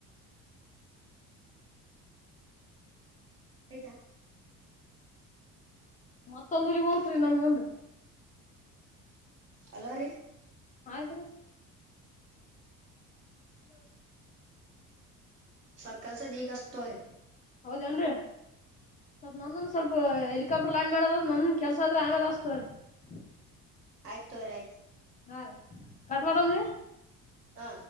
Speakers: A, on the right (about 90°); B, on the left (about 20°).
A: ಆಯ್ತಾ
B: ಮತ್ತೊಂದ್ ಹುಲಿ ಬಂತ್ರೀ ನನ್ ಮುಂದೆ
A: ಹಲೋ ರೀ
B: ಆದ್ರೆ
A: <unintelligible> ಸಲ್ಪ ಕೆಲಸ ಆದ ಈಗ ಅಚ್ಚತಿನನಿ ತಗೂರಿ
B: ಹೌದೇನ್ರಿ ನಮ್ಮೂನು ಸ್ವಲ್ಪ ಹೆಲಿಕಾಪ್ಟರ್ ಲ್ಯಾಂಡ್ ಮಾಡೋದಾದ ನಂದುನು ಕೆಲಸ ಆದರೀ ಆಮೇಲೆ ಹಚ್ಚತಿನಿ ತಗೂರೀ
A: ಆಯ್ತು ತಕೋರಿ ಆಯ್ತು
B: ಹಾರೀ ಕಟ್ ಮಾಡಮ್ರೀ
A: ಹಾ.